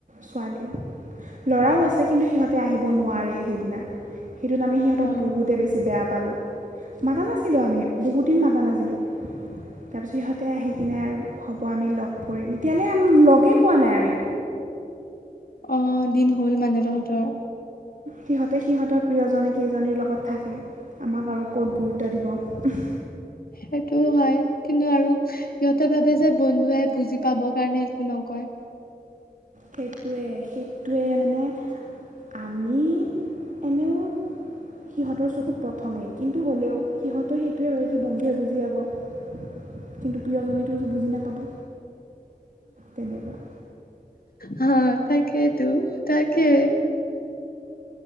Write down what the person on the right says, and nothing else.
ছোৱালী, ল'ৰাও আছে কিন্তু সিহঁতে আহিব নোৱাৰিল সেইদিনা। সেটোত আমি সিহঁতক
বহুতে বেছি বেয়া পালোঁ। মাতা নাছিলোঁ আমি বহুত মাতা নাছিলোঁ, তাৰপিছত সিহঁতে আহি কেনে হব আমি লগ কৰিম, তেতিয়াহলে লগেই পোৱা নাই আমি।
সিহঁতে সিহঁতৰ প্ৰিয়জী কেইজনীৰ লগত থাকে। আমাক আৰু ক'ত গুৰুত্ব দিব। উম।
সেইটোৱে সেইটোৱে মানে আমি এনেও সিহঁতৰ চকুত প্ৰথমেই কিন্তু হ'লেও সিহঁতে সেইটোৱে ভাবে কি বন্ধুৱে বুজি যাব কিন্তু প্ৰিয়জনীতো বুজি নাপাব তেনেকুৱা